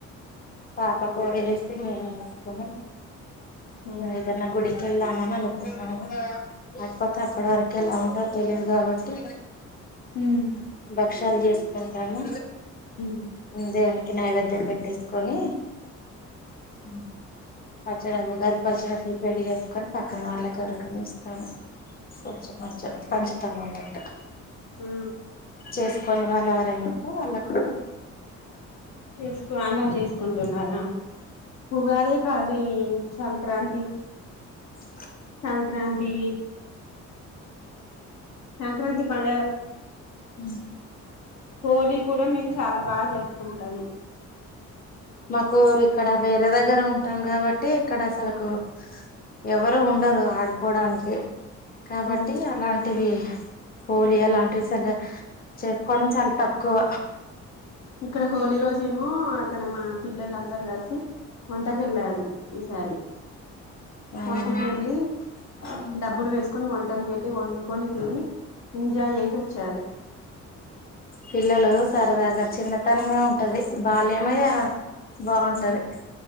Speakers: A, on the left; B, on the left.
A: పాపకు వేసి మేము వేసుకుని
B: ఉమ్
A: ఇదన్న గుడికిళ్ల్దామని అనుకున్నావు అకపోతే అప్పడ వరకెలా ఉ అ తెలియదు కాబట్టి
B: హమ్
A: భక్ష్యాాలు చేసుకుంటాము
B: ఉమ్
A: దేవునికి నైవేద్యం పెట్టేసుకొని హ అ ఉగాది పచ్చడి ప్రిపేర్ చేసుకో క్కని పక్కన వాళ్ళ కరకని ఇస్తాము కొంచెం కొం పంచుతాం అన్నట్టు
B: ఆ
A: చేసుకొని వాళ్ళు ఎవరైనాంటే వాళ్ళకు
B: చేసుకో అలా చేసుకుంటున్నారా ఉగాదే కాది సం సంక్రాంతి
A: ఇ
B: సంక్రాంతి సంక్రాంతి పండగ
A: ఉ
B: హోలీ కూడా మేము చాలా బాగా జరుపుకున్ కుం
A: మాకు ఇక్కడ వే దగర దగ్గర ఉంటాం కాబట్టి ఇక్కడ అసలకు ఎవరు ఆ ఉండరు ఆడుకోవడానికి కాబట్టి
B: ఉమ్
A: అలాంటివి హోలి ఎలా అంటే సగ చేసుకోవడం చాలా త కువ
B: ఇక్కడ హోలీ రోజేమో అక్కడ మా పిల్లలు అందరు కలిసి వంటకి వెళ్ళారు ఈసారి
A: అవును
B: వంటకు వెళ్ళి
A: ఉమ్
B: డబ్బులు వేసు కొని వన్ టలు పెళ్లి వండుకొని తిని ఎంజాయ్ చేసి వచ్చారు
A: పిల్లలు సరదాగా చిన్నతనమే ఉంటది బాల్యమేగా బాగుంటది
B: ఉమ్